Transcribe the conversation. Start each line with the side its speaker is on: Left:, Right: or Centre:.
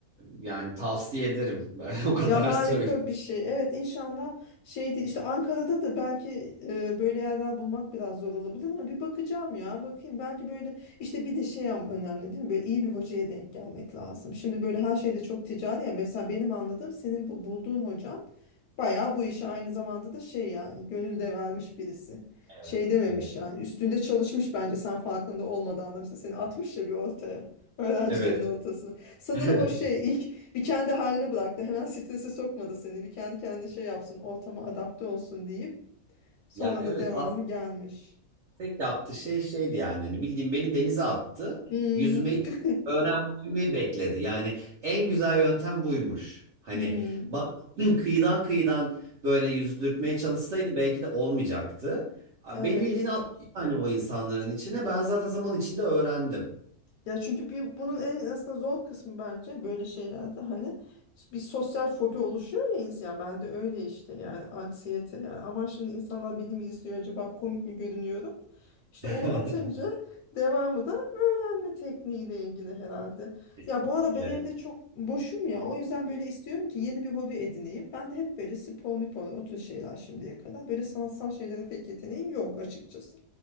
Right: yani tavsiye ederim. <laughs> Ben o kadar
Left: Ya harika
Right: söyleyeyim.
Left: bir şey. Evet inşallah şey değil. İşte Ankara'da da belki e, böyle yerler bulmak biraz zor olabilir ama bir bakacağım ya. Bakayım belki böyle işte bir de şey am- önemli değil mi? Böyle iyi bir hocaya denk gelmek lazım. Şimdi böyle her şeyde çok ticari ya. Mesela benim anladığım senin bu bulduğun hocan bayağı bu işe aynı zamanda da şey yani gönül de vermiş birisi.
Right: Evet,
Left: Şey dememiş
Right: evet.
Left: yani üstünde çalışmış bence sen farkında olmadan da mesela seni atmış ya bir ortaya. Öğrencilerin
Right: Evet.
Left: ortasına. Sanırım
Right: <laughs>
Left: o şey bir kendi haline bıraktı. Hemen strese sokmadı seni. Bir kendi kendine şey yapsın, ortama adapte olsun deyip sonra
Right: Ya evet
Left: da devamı
Right: aslında
Left: gelmiş.
Right: tek yaptığı şey şeydi yani hani bildiğim beni denize attı.
Left: Hmm.
Right: Yüzmeyi
Left: <laughs>
Right: öğrenmemi bekledi. Yani en güzel yöntem buymuş. Hani
Left: Hmm.
Right: bana <clears throat> kıyıdan kıyıdan böyle yüzdürtmeye çalışsaydı belki de olmayacaktı. A-
Left: Evet.
Right: Beni bildiğini attı yani o insanların içine. Ben zaten zaman içinde öğrendim.
Left: Ya çünkü bir bunun en aslında zor kısmı bence böyle şeylerde hani bir sosyal fobi oluşuyor ya insan. Ben de öyle işte yani anksiyete yani aman şimdi insanlar beni mi izliyor acaba komik mi görünüyorum? İşte
Right: <laughs>
Left: onu atınca devamı da öğrenme tekniğiyle ilgili herhalde.
Right: Kesinlikle.
Left: Ya bu ara ben evde çok boşum ya o yüzden böyle istiyorum ki yeni bir hobi edineyim. Ben de hep böyle spor mipor o tür şeyler şimdiye kadar. Böyle sanatsal şeylere pek yeteneğim yok açıkçası.